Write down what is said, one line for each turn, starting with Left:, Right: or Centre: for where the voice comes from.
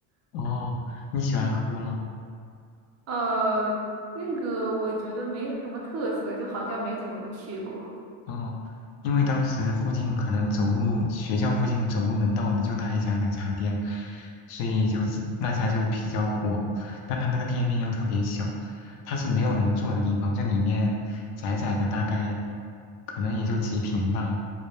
Left: 哦，你喜欢喝吗？
Right: 呃，那个我觉得没什么特色，就好像没怎么去过。
Left: 哦，因为当时附近可能走路，学校附近走路能到的就那一家奶茶店，所以就是那家就比较火。但它那个店面又特别小，它是没有能坐的地方，就里面窄窄的，大概可能也就几平吧。